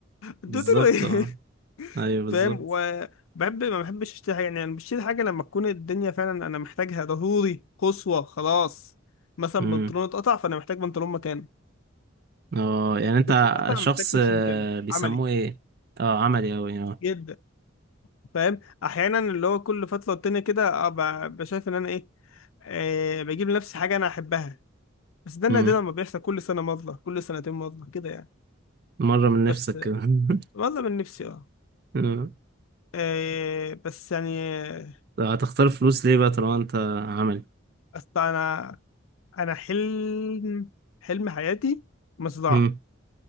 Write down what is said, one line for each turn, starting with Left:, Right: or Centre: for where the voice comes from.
Left: اديتوا
Right: بالظبط
Left: له ايه
Right: اه ايوه بالظبط
Left: فاهم وبحب ما بحبش اشتري حاجه يعني انا بشتري حاجه لما تكون الدنيا فعلا انا محتاجها ضروري قصوى خلاص مثلا
Right: امم
Left: بنطلون اتقطع فانا محتاج بنطلون مكانه
Right: اه يعني انت
Left: كوتشي اتقطع
Right: شخص
Left: محتاج كوتشي
Right: آه،
Left: مكانه
Right: بيسموه
Left: عملي
Right: ايه اه عملي اوي اه
Left: جدا فاهم احيانا اللي هو كل فتره والتانيه كده آه، ب- بشايف ان انا ايه آه بجيب لنفسي حاجه انا احبها بس ده نادرا
Right: امم
Left: ما بيحصل كل سنه مره كل سنتين مره كده يعني
Right: مره من نفسك
Left: بس آه،
Right: كده <laughs>
Left: مره من نفسي اه
Right: أمم.
Left: آه، بس يعني آه،
Right: طب هتختار فلوس ليه بقى طالما انت عملي
Left: أصل أنا انا حلم حلم حياتي مصدعة
Right: امم